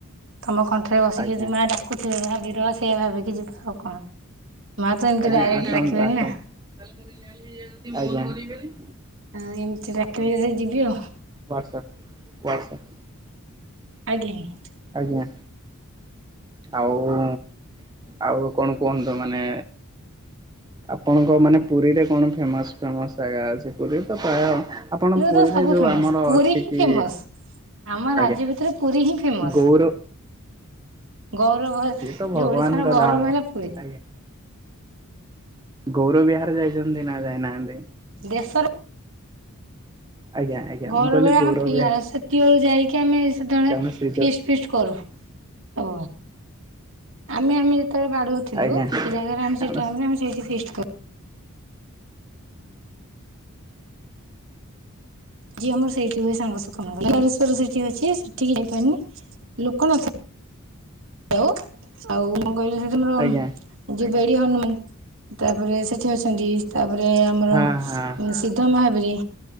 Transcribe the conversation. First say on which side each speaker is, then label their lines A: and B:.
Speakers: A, on the right; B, on the right.
A: ତମ କଣ୍ଠରେ ବସିକି
B: ଆଜ୍ଞା
A: ଯଦି ମା ଡା। ଗୋଟେ ହଜିର ସେଏ ଭାବିକି ଯିବ କଣ। ମା ତ ଏମିତି
B: ଆଜ୍ଞା
A: ଡାଇରେକ୍ଟ
B: ଆସନ୍ତୁ
A: ଡାକିବେନି
B: ଆସନ
A: ନା
B: ଆଜ୍ଞା।
A: ହଁ ଏମିତି ଡ଼ାକିବେ ଯଦି ଯିବି ଆଉ।
B: WhatsApp WhatsApp.
A: ଆଜ୍ଞା ଆଜ୍ଞା।
B: ଆଜ୍ଞା। ଆଉ ଆଉ କଣ କୁହନ୍ତୁ ମାନେ ଆପଣଙ୍କ ମାନେ ପୁରୀରେ କଣ ଫେମସ ଫେମସ ଜାଗା ଅଛି ପୁରୀ ତ ପ୍ରାୟ ଆପଣ ପୁରୀରେ
A: ତ ସବୁ
B: ଯୋଉ
A: ଫେମସ୍
B: ଆମର
A: ପୁରୀ
B: ଅଛି
A: ହିଁ
B: କି
A: ଫେମସ୍। ଆମ ରାଜ୍ୟ
B: ଆଜ୍ଞା
A: ଭିତରେ ପୁରୀ ହିଁ ଫେମସ
B: ଗୌର
A: ଗୌରବ
B: ସିଏ
A: ଯୋଉ
B: ତ ଭଗବାନଙ୍କ
A: ଓଡିଶାର ଗୌରବ
B: ଧାମ
A: ହେଲା ପୁରୀ।
B: ଆଜ୍ଞା। ଗୌର ବିହାର ଯାଇଛନ୍ତି ନା ଯାଇନାହାନ୍ତି?
A: ଦେଶର
B: ଆଜ୍ଞା ଆଜ୍ଞା
A: <unintelligible>
B: ମୁଁ କହିଲି ଗୌର ବିହାର
A: ସେତବେଳୁ ଯାଇକି ଆମେ ସେତେବେଳେ
B: କାରଣ ଶ୍ରୀ ଚ
A: ଫିସ ଫିଷ୍ଟ କର ହ ଆମେ ଆମେ ଯେତେବେଳେ ବା ଥିଲ
B: ଆଜ୍ଞା।
A: ସେ ଜାଗାରେ ଆମେ
B: କାରଣ
A: ସେ ଟାଇମ୍ ରେ ଆମେ ସେଇଠି ଫିଷ୍ଟ କରୁ। ଯି ଆମର ସେଇଠି ହୁଏ ସାଙ୍ଗସ କ କଲେର ସେଠି ଅଛି ସେଠିକି ଯାଇପାରନି। ଲୋକ ନ <unintelligible> ଆଉ ମୁଁ କହିଲି ସେ ତମର
B: ଆଜ୍ଞା
A: ଯୋଉ ବେଡ଼ି ହନୁମାନ ତାପରେ ସେଠି ଅଛନ୍ତି ତାପରେ ଆମର
B: ହଁ ହଁ
A: <unintelligible> ମହାବୀର